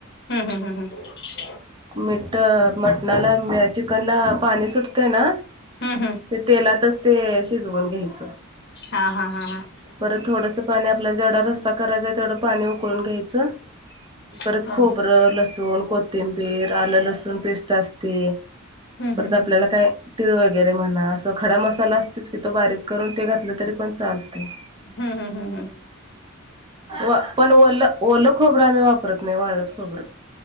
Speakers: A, on the left; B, on the right.
A: हम्म हम्म हम्म हम्म
B: मीठं मटणाला चिकनला पाणी सुटतंय ना
A: हम्म हम्म
B: ते तेलातच ते शिजवून घ्यायचं
A: हा हा हा हा.
B: परत थोडंसं पाणी आपल्याला जेवढा रस्सा करायच तेवढं पाणी उकळून घ्यायचं परत
A: हा.
B: खोबरं लसूण कोथिंबीर आलं लसूण पेस्ट असते
A: हम्म
B: परत
A: हम्म हम्म
B: आपल्याला
A: हम्म.
B: काय तीळ वगैरे म्हणा असं खडा मसाला असतोच की तो बारीक करून ते घातलं तरी पण चालते
A: हम्म हम्म हम्म हम्म.
B: व पण वलं ओलं खोबरं आम्ही वापरत नाही वाळलंच खोबरं